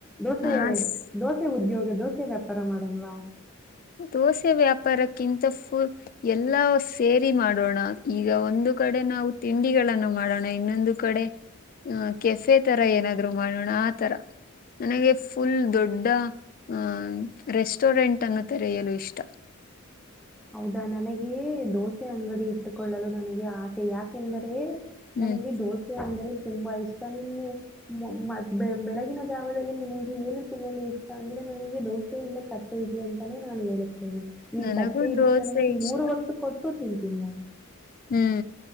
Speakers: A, in the centre; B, on the left.
A: ದೋಸೆ
B: ಹಾ
A: ದೋಸೆ ಉದ್ಯೋಗ ದೊಸೆ ವ್ಯಾಪಾರ ಮಾಡಣವಾ
B: ದೋಸೆ ವ್ಯಾಪಾರ ರ ಕಿಂತ ಫು ಎಲ್ಲಾ ಸೇರಿ ಮಾಡೋಣ ಈಗ ಒಂದು ಕಡೆ ನಾವು ತಿಂಡಿಗಳನ್ನು ಮಾಡೋಣ ಇನ್ನೊಂದು ಕಡೆ ಕೆಫೆ ತರ ಏನಾದ್ರು ಮಾಡೋಣ ಆ ತರ ನನಗೆ ಫುಲ್ ದೊಡ್ಡ ಅಹ ರೆಸ್ಟೋರೆಂಟ್ ಅನ್ನು ತರ ಏನು ಇಷ್ಟ
A: ಹೌದಾ ನನಗೆ ದೋಸೆ ಅಂಗಡಿ ಇಟ್ಟುಕೊಳ್ಳಲು ನನಗೆ ಆಸೆ ಯಾಕೆಂದರೆ
B: ಹ್ಮ್
A: ನನಗೆ ದೋಸೆ ಅಂದ್ರೆ ತುಂಬಾ ಇಷ್ಟ ನ್ ಮ ಬೆಳಗಿನ ಜಾವದಲ್ಲಿ ನಿನಗೆ ಏನು ತಿನ್ನಲು ಇಷ್ಟ ಅಂದ್ರೆ ನನಗೆ ದೋಸೆ ಇಲ್ಲ ತಟ್ಟೆ ಇಡ್ಲಿ ಅಂತಾನೇ ನಾನು ಹೇಳ ನಿಮ್
B: ನನಗೂ
A: ತ
B: ದೋಸೆ
A: ನನಗೆ
B: ಇಷ್ಟ
A: ಮೂರು ಹೊತ್ತು ಕೊಟ್ಟು ತನ್ ತೀ ಮಾನ
B: ಹ್ಮ್